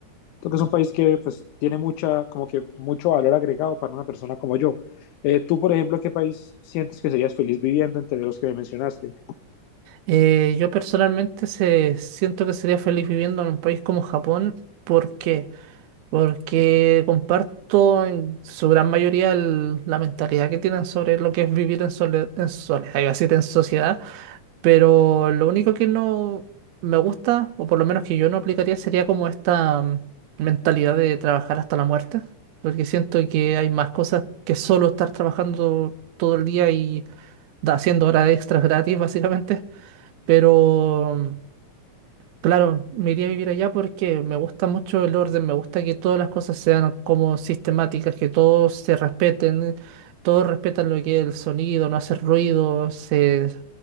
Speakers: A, on the left; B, on the right.
A: Creo que es un país que pues tiene mucha, como que mucho valor agregado para una persona como yo. Eh, tú, por ejemplo, ¿qué país sientes que serías feliz viviendo entre los que me mencionaste?
B: Eh, yo personalmente se, siento que sería feliz viviendo en un país como Japón. ¿Por qué? Porque comparto en su gran mayoría el- la mentalidad que tienen sobre lo que es vivir en, sole- en soledad, iba a decir en sociedad Pero lo único que no me gusta, o por lo menos que yo no aplicaría, sería como esta mm, mentalidad de trabajar hasta la muerte, porque siento que hay más cosas que solo estar trabajando todo el día y da- haciendo horas extras gratis, básicamente. Pero mm, Claro, me iría a vivir allá porque me gusta mucho el orden, me gusta que todas las cosas sean como sistemáticas, que todos se respeten, todos respetan lo que es el sonido, no hace ruido, se- es